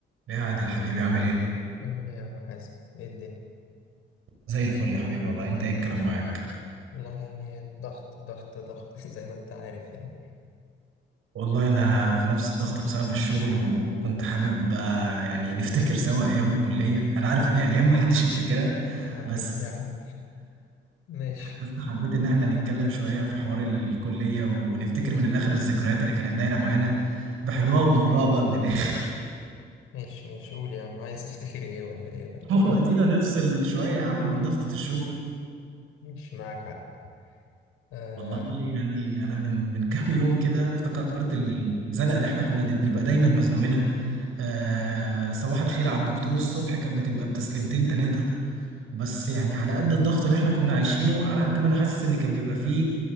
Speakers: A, on the right (about 80°); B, on the left (about 85°).
A: يا عادل حبيبي عامل ايه؟
B: أعمل إيه يا عم حازم؟ إيه الدنيا؟
A: زي الفل يا حبيبي والله انت ايه الكلام معاك؟
B: والله يعني ضغط ضغط ضغط <laughs> زي ما أنت عارف يعني
A: والله انا في نفس الضغط بسبب الشغل وكنت حابب آه، يعني نفتكر سوا ايام الكلية انا عارف ان هي ايام محدش يفتكرها
B: يا عمي
A: بس
B: يا عم ماشي
A: بس حبيت ان احنا نتكلم شوية في حوار الكلية ونفتكر من الاخر الذكريات اللي كانت دايرة معانا بحلوها وبمرها بقى من الاخر
B: ماشي ماشي قول يا عم عايز تفتكر إيه ولا إيه ولا
A: <laughs> هو
B: إيه؟
A: ادينا نفصل شوية يا عم من ضغطة الشغل
B: ماشي معاك حق آه
A: والله يعني انا من من <laughs> كام يوم كده افتكرت الزنقه اللي احنا كنا دي بنبقى دايما مزنوقينها آه صباح الخير على الدكتور الصبح كانت بتبقى بتسليمتين ثلاثه بس يعني على قد الضغط اللي احنا كنا عايشينه على قد ما انا حاسس ان كان بيبقى فيه